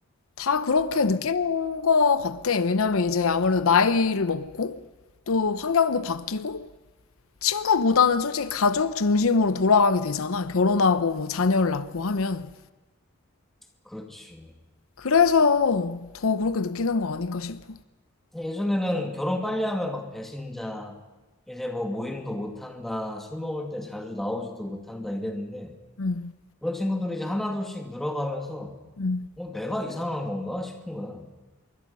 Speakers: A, on the left; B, in the centre.
A: 다 그렇게 느끼는 것 같아. 왜냐면 이제 아무래도 나이를 먹고 또 환경도 바뀌고 친구보다는 솔직히 가족 중심으로 돌아가게 되잖아. 결혼하고 뭐 자녀를 낳고 하면.
B: 그렇지.
A: 그래서 더 그렇게 느끼는 거 아닐까 싶어.
B: 예전에는 결혼 빨리 하면 막 배신자, 이제 뭐 모임도 못한다, 술 먹을 때 자주 나오지도 못한다 이랬는데,
A: 음,
B: 그런 친구들이 이제 하나둘씩 늘어가면서,
A: 음.
B: 어, 내가 이상한 건가 싶은 거야.